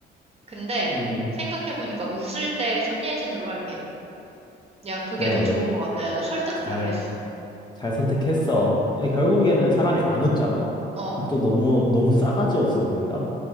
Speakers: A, on the right; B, on the left.
A: 근데
B: 음, 음.
A: 생각해보니까 웃을 때 손예진으로 할게. 야, 그게
B: 그래.
A: 더 좋은 것 같다. 야, 나 설득당했어.
B: 잘, 잘 선택했어. 근데 결국에는 사람이 안 웃잖아?
A: 어,
B: 그럼 또 너무, 너무 싸가지 없어 보인다?